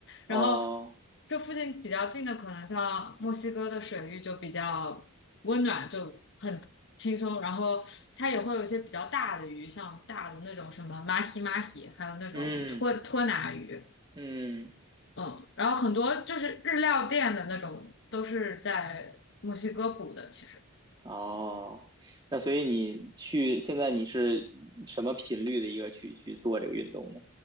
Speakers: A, on the right; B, on the left.
A: 哦，
B: 然后这附近比较近的，可能像墨西哥的水域就比较温暖，就很轻松。然后它也会有一些比较大的鱼，像大的那种什么马希马希，还有那种托托拿鱼。
A: 嗯嗯。
B: 嗯，然后很多就是日料店的那种都是在墨西哥捕的，其实。
A: 哦，那所以你去，现在你是什么频率的一个去去做这个运动呢？